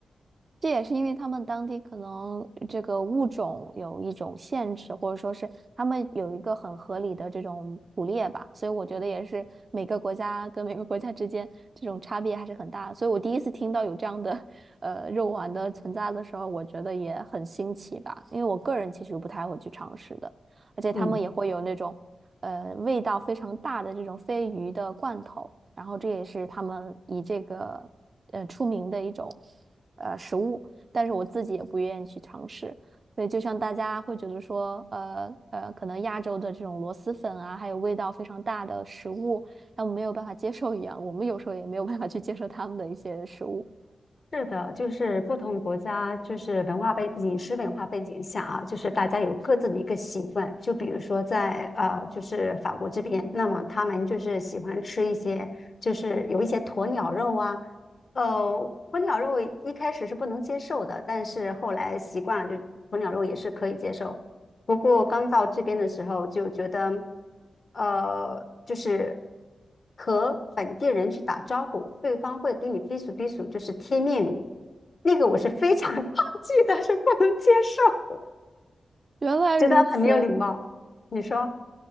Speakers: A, on the right; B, on the left.
A: 这也是因为他们当地可能这个物种有一种限制，或者说是他们有一个很合理的这种捕猎吧，所以我觉得也是每个国家跟每个国家之间这种差别还是很大的。所以我第一次听到有这样的呃肉丸的存在的时候，我觉得也很新奇吧，因为我个人其实不太会去尝试的，而且他们也会有那种呃味道非常大的这种鲱鱼的罐头，
B: 嗯，
A: 然后这也是他们以这个呃出名的一种。呃食物，但是我自己也不愿意去尝试。所以，就像大家会觉得说，呃呃，可能亚洲的这种螺蛳粉啊，还有味道非常大的食物，他们没有办法接受一样，我们有时候也没有办法去接受他们的一些食物。
B: 是的，就是不同国家就是文化背饮食文化背景下啊，就是大家有各自的一个习惯，就比如说在呃就是法国这边，那么他们就是喜欢吃一些就是有一些鸵鸟肉啊。呃，鸵鸟肉一开始是不能接受的，但是后来习惯了，就鸵鸟肉也是可以接受。不过刚到这边的时候就觉得，呃，就是和本地人去打招呼，对方会给你逼数逼数，就是贴面礼，那个我是非常 <laughs> 抗拒但是不能接受，
A: 原来如此，
B: 觉得很没有礼貌。你说？